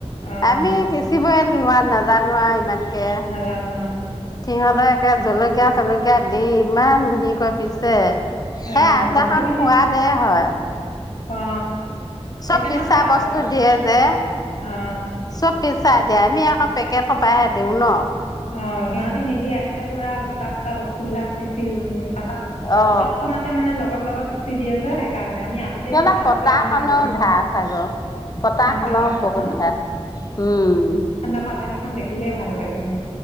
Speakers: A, on the left; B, on the left.
A: অঁ
B: আমি কেচি বয়ন নোৱা নাজানো আৱ ইমান কে
A: নাজানো আৰু
B: সিহঁতে একে জলকীয়া জলকীয়া দি ইমান মিহিকৈ পিছে সেই
A: অ
B: আঞ্জাখন
A: বস্তুখিনি
B: সোৱাদে হয়
A: অ
B: চব
A: সেইকাৰণে
B: পিছা
A: সোৱাদ
B: বস্তু
A: হয়
B: দিয়ে যে
A: অ
B: চব পিছা দিয়ে আমি পেকেট সোপাহে দিওঁ ন
A: অ সিহঁতে নিদিয়ে হেতে পুৰা গোটা গোটা বস্তুবিলাক পিছি উ তাত
B: অ
A: তৎক্ষণাতে মানে লগত লগত পিচি দিয়ে যে সেই আমি আগতেই
B: সিহঁতৰ
A: পিছা সোপা
B: পতাখনৰো
A: আমি ঢালোৱা
B: ধাৰ চাগৈ পতাখনৰো
A: পাতা খনৰ
B: বহুত ধাৰ উম
A: হেতৰ পাতা কেইখন দেখিলে ভাল লাগে হে